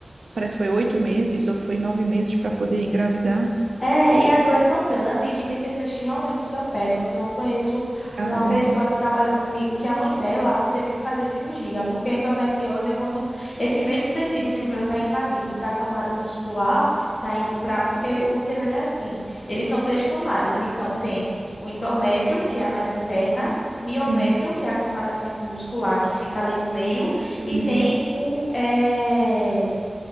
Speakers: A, on the right; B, on the left.
A: Parece que foi oito meses ou foi nove meses para poder engravidar.
B: É, e a dor é tão grande que tem pessoas que realmente se operam. Então, eu conheço
A: Caramba,
B: uma pessoa que trabalhou comigo que a mãe dela teve que fazer cirurgia, porque a endometriose é quando esse mesmo tecido que o meu está invadindo para a camada muscular, está indo para. Porque o útero ele é assim, eles são três camadas. Então, tem o endométrio, que é a mais interna. Miométrio,
A: sim,
B: que é a camada mi- muscular que fica ali no meio,
A: do
B: e
A: meio.
B: tem o, eh,